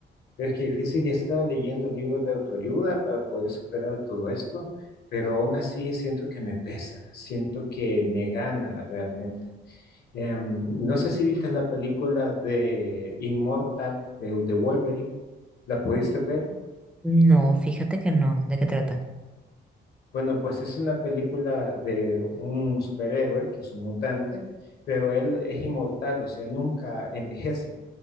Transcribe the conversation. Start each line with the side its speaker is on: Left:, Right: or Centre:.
Left: Pero es que difícil, he estado leyendo libros de autoayuda para poder superar todo esto, pero aún así siento que me pesa, siento que me gana realmente. Em, no sé si viste la película de Inmortal, de, de Wolverine, ¿la pudiste ver?
Centre: No, fíjate que no. ¿De qué trata?
Left: Bueno, pues es una película de un superhéroe que es un mutante, pero él es inmortal, o sea, nunca envejece.